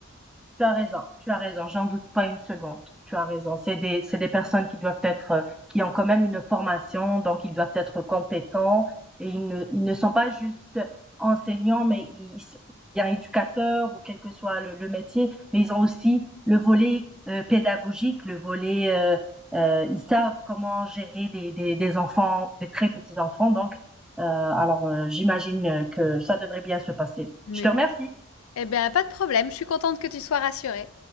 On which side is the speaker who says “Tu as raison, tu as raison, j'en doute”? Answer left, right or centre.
Centre